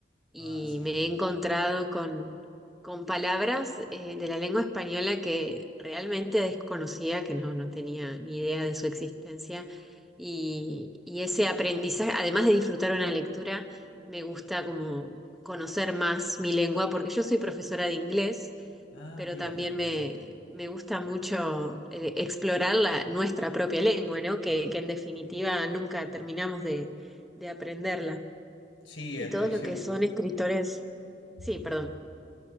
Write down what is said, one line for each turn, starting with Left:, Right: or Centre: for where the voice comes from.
Centre: y
Left: Ah, sí.
Centre: me he encontrado con, con palabras eh, de la lengua española que realmente desconocía, que no, no tenía ni idea de su existencia. Y, y ese aprendizaje, además de disfrutar una lectura, me gusta como conocer más mi lengua, porque yo soy profesora de inglés,
Left: Ah,
Centre: pero
Left: mira,
Centre: también
Left: qué casualidad.
Centre: me, me gusta mucho eh, explorar la, nuestra propia lengua, ¿no? Que, que en definitiva nunca terminamos de, de aprenderla.
Left: Sí,
Centre: Y
Left: estoy
Centre: todos
Left: siempre...
Centre: lo que son escritores Sí,
Left: Ujú.
Centre: perdón.